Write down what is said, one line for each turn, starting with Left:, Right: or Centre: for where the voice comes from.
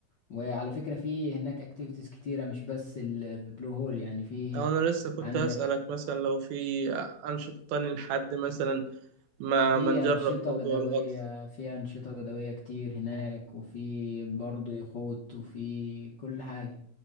Left: وعلى فكرة في هناك اكتيفيتيز كتيرة مش بس ال- البلو هول يعني في
Right: أو أنا لسه كنت
Left: عندك
Right: هسألك مثلا لو في أنشطة تانية لحد مثلا ما
Left: في
Right: ما نجرب
Left: أنشطة
Right: موضوع
Left: بدوية
Right: الغطس
Left: في أنشطة بدوية كتير هناك وفي برضه يخوت وفي كل حاجة